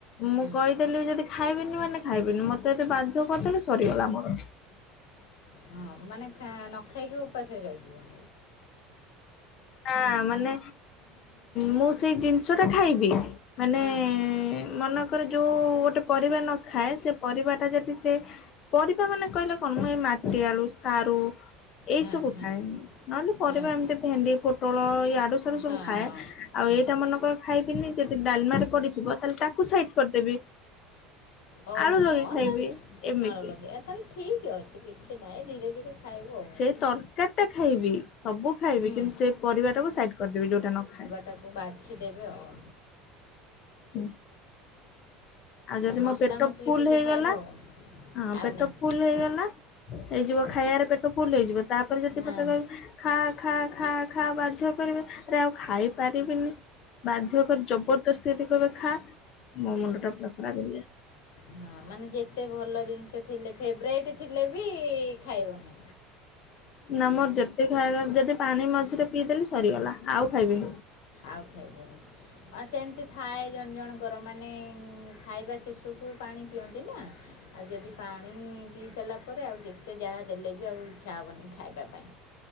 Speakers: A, on the left (about 80°); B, on the left (about 50°).
A: ହୁଁ,
B: ମୁଁ କହିଦେଲି ଯଦି ଖାଇବିନି ମାନେ ଖାଇବିନି ମତେ ଯଦି ବାଧ୍ୟ କରିଦେଲେ ସରିଗଲା ମୋର।
A: ହଁ ମାନେ ନ ଖାଇକି ଉପାସରେ ରହିଯିବ।
B: ନା ମାନେ ମୁଁ ସେଇ ଜିନିଷ ଟା ଖାଇବି। ମାନେ
A: ହଁ
B: ମନ ତାଙ୍କର ଯୋଉ ଗୋଟେ ପରିବା ନ ଖାଏ ସେ ପରିବା ଟା ଯଦି ସେ ପରିବା ମାନେ କହିଲେ କଣ ଏଇ ମାଟି ଆଳୁ ସାରୁ ଏଇ
A: ହଁ
B: ସବୁ
A: ହଁ
B: ଖାଏ ନହେଲେ ପରିବା
A: ହଁ
B: ଏମିତି
A: ହଁ
B: ଭେଣ୍ଡି ପୋଟଳ ଏଇ ଆଡୁ ସାଡୁ ସବୁ
A: ହଁ
B: ଖାଏ।
A: ହଁ
B: ଆଉ
A: ହଁ
B: ଏଇଟା ମନେକର ଖାଇକିନି ଯଦି ଡାଲମାରେ ପଡିଥିବ ତାହେଲେ ତାକୁ ସାଇଡ କରିଦେବି।
A: ଓହୋ
B: ଆଳୁ ଲଗେଇ ଖାଇବି
A: ତାହେଲେ
B: ଏମିତି
A: ଆଳ ଲଗେଇବା ତାହେଲେ ଠିକ ଅଛି କିଛି ନାହିଁ ଧୀରେ ଧୀରେ ଖାଇବୁ ଆଉ।
B: ସେ ତରକାରୀ ଟା ଖାଇବି ସବୁ ଖାଇବି
A: ହୁଁ
B: କିନ୍ତୁ ସେ ପରିବାଟାକୁ ସାଇଡ କରିଦେବି ଯୋଉଟା ନ ଖାଏ।
A: ତାକୁ ବାଛି ଦେବେ ଆଉ।
B: ହୁଁ। ଆଉ ଯଦି
A: ମସଲା
B: ମୋ ପେଟ
A: ମସଲି
B: ଫୁଲ
A: ଟିକେ
B: ହେଇଗଲା
A: ଖାଇବ ଆଉ
B: ହଁ
A: ଆଉ
B: ପେଟ
A: ନାହିଁ
B: ଫୁଲ ହେଇଗଲା ହେଇଯିବ ଖାଇବାରେ ପେଟ ଫୁଲ ହେଇଯିବ ତାପରେ ଯଦି
A: ହଁ
B: ପତେ କହିବ ଖା ଖା ଖା ଖା ବାଧ୍ୟ କରିବେ ଆରେ ଆଉ ଖାଇ ପାରିବିନି। ବାଧ୍ୟ କରି ଜବରଦସ୍ତି ଯଦି କହିବେ ଖା ମୋ ମୁଣ୍ଡ ଟା ପୁରା ଖରାପ ହେଇଯାଏ।
A: ହଁ ମାନେ ଯେତେ ଭଲ ଜିନିଷ ଥିଲେ ଫେବରାଇଟ୍ ଥିଲେ ବି ଖାଇବନି।
B: ନା ମୋର ଯେତେ ଖାଇବା ଯଦି ପାଣି ମଝିରେ ପିଇଦେଲି ସରିଗଲା। ଆଉ ଖାଇବିନି।
A: ଆଉ ଖାଇବେନି ହ ସେମତି ଥାଏ ଜଣ ଜଣଙ୍କର ମାନେ ଖାଇବା ଶେଶକୁ ପାଣି ପିଅନ୍ତି ନା। ଆଉ ଯଦି ପାଣି ପିଇ ସାରିଲା ପରେ ଆଉ ଯେତେ ଯାହା ଦେଲେ ବି ଆଉ ଇଚ୍ଛା ହବନି ଖାଇବା ପାଇଁ।